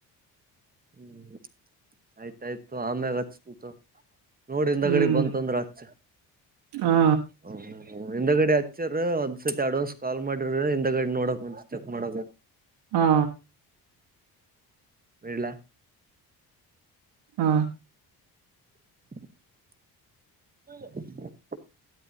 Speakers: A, on the right; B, on the right.
A: ಹ್ಮ್ ಆಯ್ತ ಆಯ್ತು ಆಮೇಹಾಚಿನಿ ತೋ ನೋಡಿ ಹಿಂದ
B: ಹ್ಮ್
A: ಕಡೆ ಬಂತ ಅಂದ್ರೆ ಆಚ
B: ಹಾ
A: ಹ ಹ ಹಿಂದ ಗಡಿ ಹಚ್ಚರ ಒಂದ್ಸತಿ ಅಡ್ವಾನ್ಸ್ ಕಾಲ್ ಮಾಡಿರಿ ಹಿಂದ ಗಡಿ ನೋಡಕ್ ಮುಂಚ ಮಾಡ
B: ಹಾ
A: ಬೇಳಲ
B: ಹಾ
A: ಹ್ಮ